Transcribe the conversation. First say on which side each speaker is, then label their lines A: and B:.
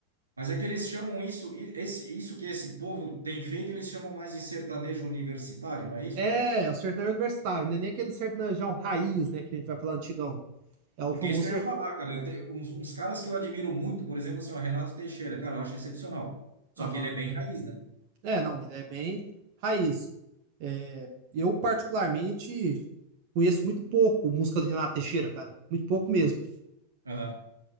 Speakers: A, on the right; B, on the right.
A: Mas é que eles chamam isso, i- esse, isso que esse povo tem feito, eles chamam mais de sertanejo universitário, não é isso?
B: É, é o sertanejo universitário, né? Nem aquele sertanejão raiz, né, que a gente vai falar antigão. É o
A: Porque
B: famoso
A: é isso que eu
B: sertanejo.
A: ia falar, cara. Tem uns, uns caras que eu admiro muito, por exemplo, assim, o Renato Teixeira, cara, eu acho excepcional. Só
B: Aham.
A: que ele é bem raiz, né?
B: É, não, ele é bem raiz. É, eu, particularmente, conheço muito pouco música do Renato Teixeira, cara. Muito pouco mesmo.
A: Aham.